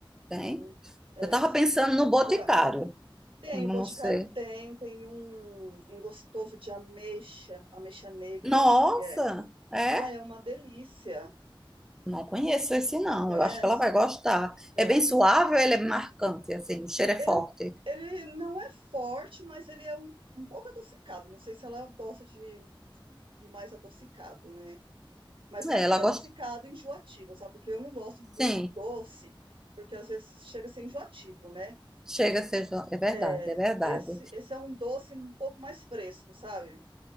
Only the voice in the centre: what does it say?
tem.
Eu tava
pensando no Boticário,
não
sei.
Nossa,
é?
Não conheço esse, não.
Eu acho que ela vai gostar.
É bem suave ou ele é marcante, assim, o cheiro é forte?
É,
ela
gosta,
sim.
Chega a ser... jo- É verdade,
é verdade.